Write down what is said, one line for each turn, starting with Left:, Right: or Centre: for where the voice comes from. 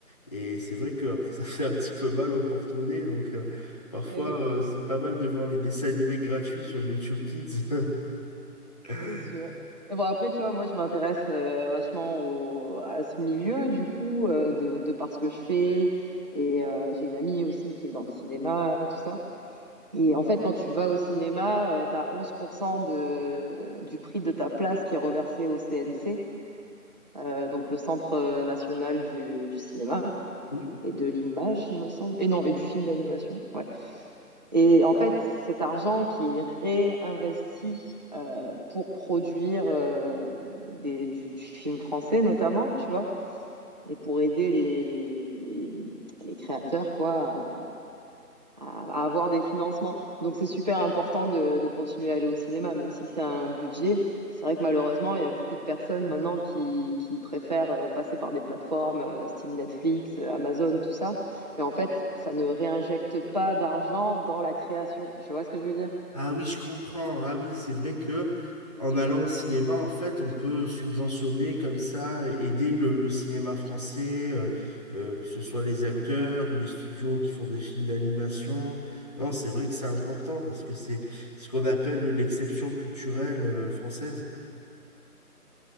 Left: et c'est vrai que après <laughs> ça fait un petit peu mal au porte-monnaie, donc euh, parfois,
Right: Eh oui.
Left: euh, c'est pas mal de voir les dessins animés gratuits sur YouTube Kids. <laughs>
Right: C'est sûr. Mais bon, après, tu vois, moi, je m'intéresse euh, vachement au, à ce milieu, du coup, euh, de, de par ce que je fais. Et euh, j'ai une amie aussi qui est dans le cinéma, tout ça. Et en fait, quand tu vas au cinéma, tu as 11% de, du prix de ta place qui est reversé au CNC, euh, donc le Centre national du, du cinéma
Left: Oui.
Right: et de l'image, il me semble. Et non, et du film d'animation. Ouais. Et en fait, c'est cet argent qui est réinvesti euh, pour produire euh, des, du, du film français notamment, tu vois, et pour aider les, les, les, les créateurs quoi à, à avoir des financements. Donc c'est super important de, de continuer à aller au cinéma, même si c'est un budget. C'est vrai que malheureusement, il y a beaucoup de personnes maintenant qui, qui préfèrent euh, passer par des plateformes euh, style Netflix, euh, Amazon, tout ça. Mais en fait, ça ne réinjecte pas d'argent dans la création. Tu vois ce que je veux dire?
Left: Ah oui, je comprends. Ah oui, c'est vrai que en allant au cinéma, en fait, on peut subventionner comme ça, et- aider le, le cinéma français, euh, euh, que ce soit les acteurs ou les studios qui font des films d'animation. Non, c'est vrai que c'est important parce que c'est ce qu'on appelle l'exception culturelle, euh, française.